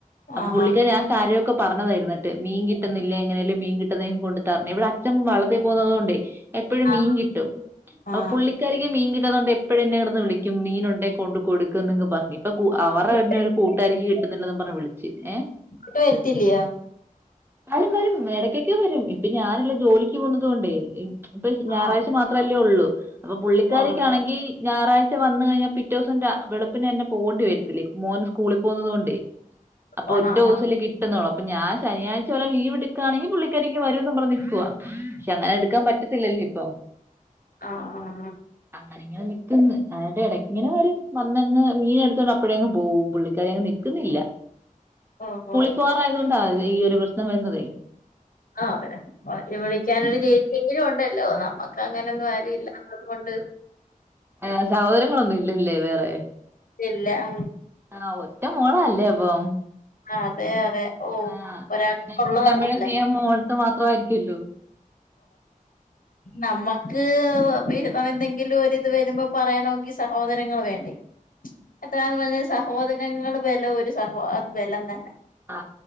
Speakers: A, on the right; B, on the left.
A: അപ്പൊ
B: ആഹാ
A: പുള്ളി ആ കാര്യൊക്കെ പറഞ്ഞതാ ഇരുന്നിട്ട് മീൻ കിട്ടുന്നില്ല. എങ്ങനേലും മീൻ കിട്ടുന്നെ കൊണ്ട് തരണേ ഇവിടെ അച്ഛൻ വള്ളത്തെ പോകുന്നതുകൊണ്ടേ എപ്പോഴും
B: ആ
A: മീൻ കിട്ടും.
B: ആ
A: അപ്പൊ പുള്ളിക്കാരിക്ക് മീൻ കിട്ടാത്തതുകൊണ്ട് എപ്പ് ഴും എന്നെ കിടന്നു വിളിക്കും മീൻ ഉണ്ടേ കൊണ്ട്‌ കൊടുക്ക് എന്ന് പറഞ്ഞു ഇപ്പൊ അവർടെ
B: അങ്ങോട്ട്
A: തന്നെ കൂട്ടുകാരിക്ക് കിട്ടുന്നില്ലന്ന് പറ ഞ്ഞ് വിളിച്ച് ഏ
B: ഇവിടെ വരത്തില്ലയാ
A: വരും വരും ഇടക്കൊക്കെ വരും ഇപ്പൊ ഞാനില്ല ജോലിക്ക് പോന്നത് കൊണ്ടേ ഇപ്പൊ
B: ആ
A: ഞായറാഴ്ച മാത്രമല്ലേ ഉള്ളൂങ അപ്പൊ പുള്ളിക്കാരിക്കാണെങ്കി
B: ഓ
A: ഞായറാഴ്ച വന്ന് കഴിഞ്ഞാൽ പിറ്റേദിവസം വളുപ്പിനെ തന്നെ പോവേണ്ടി വരത്തില്ലേ മോന് സ്കൂ സ്കൂളിൽ പോകുന്നത് കൊണ്ടേ അപ്പൊ
B: ആ
A: ഒറ്റ
B: ആ
A: ദിവസല്ലേ
B: ആ
A: കി അപ്പൊ ഞാൻ ശനിയാഴ്ച വരെ ലീവ് എടുക്കുവാണെങ്കിൽ പുള്ളിക്കാരി വരും എന്ന് പറഞ്ഞ് നിക്കുവാ പക്ഷെ അങ്ങനെ എടുക്കാൻ പറ്റത്തില്ലല്ലോ ഇപ്പം
B: ആ ആ ആ
A: അങ്ങനെ ഇങ്ങെ നിക്കന്ന് എന്നിട്ട് ഇടക്ക് ഇങ്ങനെ വരും വന്നങ്ങ്മീന് എടുത്തോണ്ട് അപ്പഴേ അങ്ങ് പോകും പുള്ളിക്കാരി അങ്ങ് നിക്കുന്നില്ല.
B: ആഹ് ഹാ
A: പോവാറായത് കൊണ്ടാ ഈ ഒരു പ്രശ്നം വരുന്നതെ
B: ആ ഒര് വിളിക്കാനൊരു ചേച്ചിയെങ്കിലും ഉണ്ടല്ലോ നമ്മക്ക് അങ്ങനൊന്നും ആരും ഇല്ലാത്തതുകൊണ്ട്
A: ഏഹ് സഹോദരങ്ങളൊന്നും ഇല്ലല്ലേ വേറെ
B: ഇല്ല ആ
A: ആ ഒറ്റ മോളാല്ലേ അപ്പം
B: അതെ അതെ ഓ
A: ആ
B: ഒരാൾക്കുള്ളതാ
A: അപ്പോപ്പിന്നെ അച്ഛൻ്റേം അമ്മേടേം
B: നല്ലത്
A: സ്നേഹം മോളെടുത്ത് മാത്രമായിരിക്കൂല്ലോ.
B: നമ്മ ക്ക് വീതം എന്തെങ്കിലും ഒരിത് വരുമ്പോ പറയണമെങ്കിൽ സഹോദരങ്ങൾ വേണ്ടേ. എത്രയാന്ന് പറഞ്ഞാലും സഹോദരങ്ങള് ബലം ഒരു സഹോ അത് ബലം തന്നാ.
A: ആ